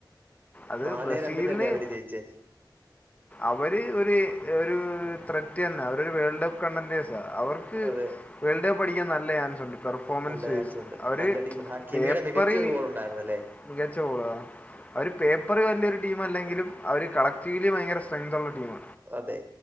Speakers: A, on the left; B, on the right.
A: അത്
B: നാലെ
A: ബ്രസീലിന്
B: രണ്ടിനല്ലേ അവര് ജയിച്ചേ
A: അവര് ഒരു ഒരു ത്രെറ്റ് തന്ന അവര് ഒരു വേൾഡ് കപ്പ് കണ്ടന്റെർസാ അവർക്ക്
B: അതെ
A: വേൾഡ് കപ്പടിക്കാൻ നല്ല പെർഫോമൻസ്
B: നല്ല
A: വൈസ്
B: ചാൻസ് ഉണ്ട്
A: അവർ
B: നല്ല ടീമുണ്ട് ഹക്കിമേടെ
A: പേപ്പറിൽ
B: മികച്ചൊരു ഗോൾ ഉണ്ടായിരുന്നല്ലോ
A: മികച്ച ഗോളാ അവര് പേപ്പറി വലിയൊരു ടീമല്ലെങ്കിലും അവർ കളക്ടീവിലി ഭയങ്കര സ്ട്രങ്തുള്ള ടീമാ
B: അതെ.